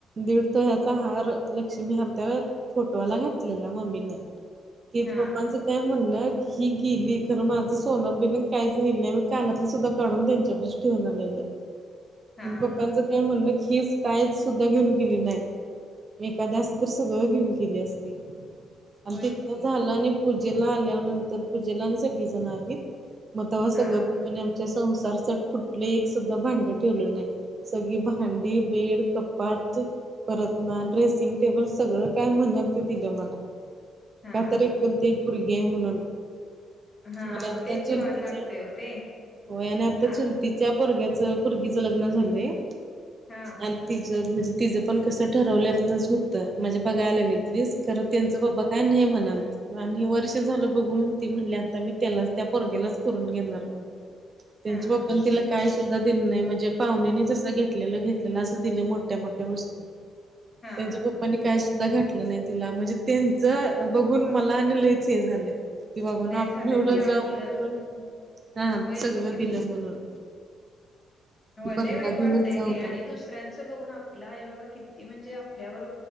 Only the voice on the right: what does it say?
दीड तोल्याचा हार लक्ष्मी हरत्या फोटोला घातलेला मम्मीने.. <unintelligible> त्या
म्हणलं की ही गेली खरं माझं सोनं बिन काहीच गेल नाही मी कानातलं सुद्धा काढून त्यांच्यापाशी ठेऊन आलेली...
पप्पांचं
काय म्हणण हीच कायच सुद्धा घेऊन गेली नाय. एखादी असती तर सगळं घेऊन गेली असती. आणि
तिथ
झालं आणि पूजेला आल्यानंतर पूजेला आणि सगळी जणआली. म तवा
सगळं पप्पानी आमच्या संसारसाठी कुठलं एक सुद्धा भांड ठेवलं नाही. सगळी भांडी बेड, कपाट.... परत ना ड्रेसिंग टेबल सगळं काय म्हणाल ते दिलं मला.
का तर एकुलती
एक पोरगी हाय म्हनून..
मला
आता
चुलतीचा
हो आणि आता चुलती
तिच्या पोरग्याच, पोरगीच ल ग्न झालंय.
आणि तिजं म्हणजे तिचं पण कसं ठरवल्या होतं म्हणजे बघायला आलेल्यांनीच... तरी त्यांचं बाबा काय नाही म्हणालत. आणि वर्ष झालं बघून ती म्हणले आता मी त्याला त्या पोरगल्याच करून घेणार म्ह त्यांच्या
पप्पा
नी तिला काय सुद्धा दिलं नाही म्हणजे पाहुण्यांनीच... जस घेतलेलं घेतलेलं असं दिलं मोठ्या मोठ्या वस्तू
त्यांच्या पप्पानी...
काय सुद्धा घातलं नाही तिला म्हणजे त्यांच बघून मला आणि लयच हे झालं. ते बाबाना
आपण
एवढं
जाऊन कर हा
सगळं
दिलं
म्हणून
की पंधरा
दिवस
जाऊन
आले